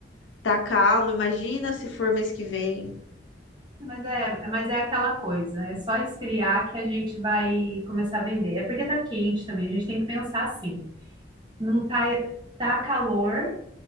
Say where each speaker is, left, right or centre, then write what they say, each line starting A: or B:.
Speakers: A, on the left; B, on the right.
A: tá calmo, imagina se for mês que vem.
B: Mas é, mas é aquela coisa, é só esfriar que a gente vai começar a vender. É porque tá quente também, a gente tem que pensar assim. Não tá, tá calor,